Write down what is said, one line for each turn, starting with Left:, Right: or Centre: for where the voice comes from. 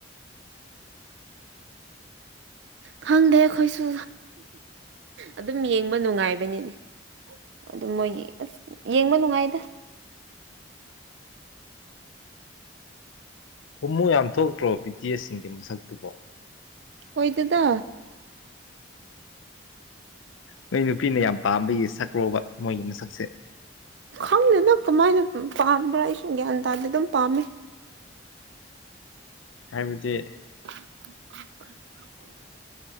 Right: ꯈꯪꯗꯦ ꯑꯈꯣꯏꯁꯨ ꯑꯗꯨꯝ ꯌꯦꯡꯕ ꯅꯨꯡꯉꯥꯏꯕꯅꯤꯅꯦ ꯑꯗꯨꯝ ꯃꯣꯏꯒꯤ ꯑꯁ ꯌꯦꯡꯕ ꯅꯨꯡꯉꯥꯏꯗ
Left: ꯍꯨꯝꯃꯨ ꯌꯥꯝ ꯊꯣꯛꯇ꯭ꯔꯣ ꯕꯤ ꯇꯤ ꯑꯦꯁ ꯁꯤꯡꯒꯤ ꯃꯁꯛꯇꯨꯕꯣ
Right: ꯑꯣꯏꯗꯦꯗ
Left: ꯅꯣꯏ ꯅꯨꯄꯤꯅ ꯌꯥꯝ ꯄꯥꯝꯕꯒꯤ ꯁꯛꯀ꯭ꯔꯣꯕ ꯃꯣꯏꯒꯤ ꯃꯁꯛꯁꯦ
Right: ꯈꯪꯗꯦꯗ ꯀꯃꯥꯏꯅ ꯄꯥꯝꯕ꯭ꯔꯥ ꯑꯩꯁꯨ ꯒ꯭ꯌꯥꯟ ꯇꯥꯗꯦ ꯑꯗꯨꯝ ꯄꯥꯝꯃꯦ
Left: ꯍꯥꯏꯕꯗꯤ
Right: <unintelligible>